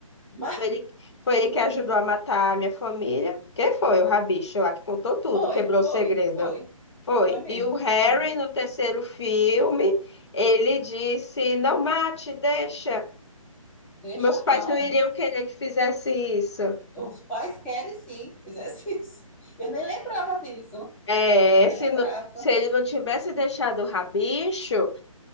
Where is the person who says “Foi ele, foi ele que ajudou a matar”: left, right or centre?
Left